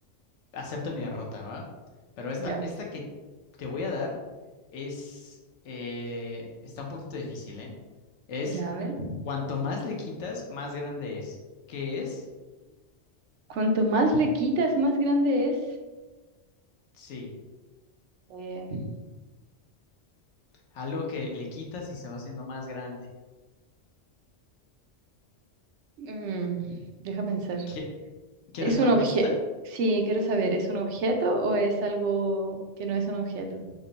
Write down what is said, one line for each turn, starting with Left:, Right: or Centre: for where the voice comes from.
Left: acepto mi derrota, ¿va? Pero esta,
Right: ya,
Left: esta que te voy a dar es, eh, está un poquito difícil, ¿eh? Es
Right: ya, a ver.
Left: cuanto más le quitas, más grande es. ¿Qué es?
Right: Cuanto más le quitas, más grande es.
Left: Sí,
Right: Eh,
Left: algo que le quitas y se va haciendo más grande.
Right: mm, deja pensar.
Left: ¿Qui- ¿Quieres
Right: ¿Es un
Left: una
Right: objeto?
Left: pista?
Right: Sí, quiero saber, ¿es un objeto o es algo que no es un objeto?